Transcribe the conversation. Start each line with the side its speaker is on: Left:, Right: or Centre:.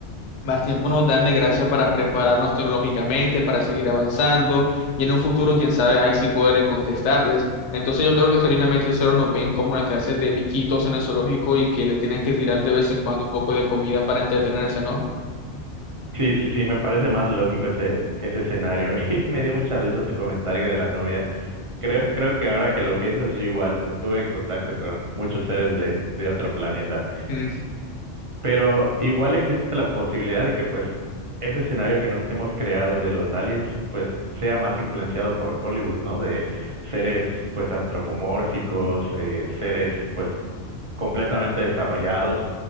Left: más tiempo nos dan de gracia para prepararnos tecnológicamente, para seguir avanzando y en un futuro, quién sabe, ahí sí poder contestarles. Entonces yo creo que genuinamente solo nos ven como una clase de miquitos en el zoológico y que le tienen que tirar de vez en cuando un poco de comida para entretenerse, ¿no?
Right: Sí, sí, sí, me parece más lógico ese, ese escenario. <laughs> Y me dio mucha risa tu comentario de la novia. Creo, creo que ahora que lo piensas, yo igual estuve en contacto con muchos seres de, de otro planeta.
Left: Mm.
Right: Pero igual existe la posibilidad de que, pues, ese escenario que nos hemos creado de los aliens, pues, sea más influenciado por Hollywood, ¿no? De seres, pues, antropomórficos, eh, seres, pues, completamente desarrollados,